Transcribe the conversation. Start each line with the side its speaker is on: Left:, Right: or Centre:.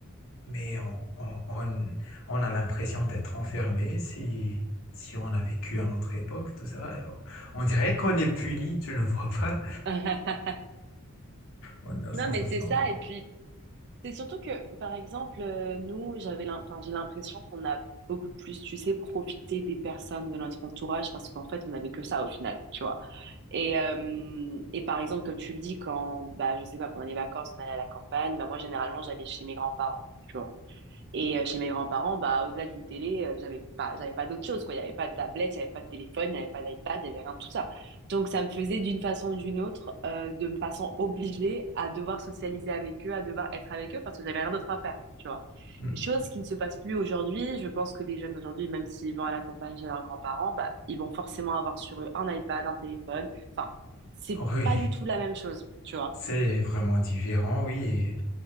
Left: mais on, on, on- on a l'impression d'être enfermé si, si on a vécu à notre époque, tout ça. On dirait qu'on est puni, tu ne vois pas?
Right: <laughs>
Left: On a la sensation
Right: Non, mais c'est ça.
Left: de...
Right: Et puis, C'est surtout que, par exemple, euh, nous, j'avais l'im- enfin, j'ai l'impression qu'on a beaucoup plus, tu sais, profité des personnes de notre entourage parce qu'en fait, on n'avait que ça au final, tu vois. Et, euh, et par exemple, comme tu le dis, quand, bah, je sais pas, pendant les vacances, on allait à la campagne, bah, moi, généralement, j'allais chez mes grands-parents. tu vois. Et euh, chez mes grands-parents, bah, au-delà d'une télé, euh, j'avais pas, j'avais pas d'autre chose, quoi. Il n'y avait pas de tablette, il n'y avait pas de téléphone, il n'y avait pas d'iPad, il n'y avait rien de tout ça. Donc, ça me faisait d'une façon ou d'une autre, euh, de me façon obligée à devoir socialiser avec eux, à devoir être avec eux parce que j'avais rien d'autre à faire, tu vois.
Left: <laughs>
Right: Chose qui ne se passe plus aujourd'hui. Je pense que les jeunes d'aujourd'hui, même s'ils vont à la campagne chez leurs grands-parents, bah, ils vont forcément avoir sur eux un iPad, un téléphone. Enfin, c'est
Left: Oui.
Right: pas du tout la même chose, tu vois.
Left: C'est vraiment différent, oui.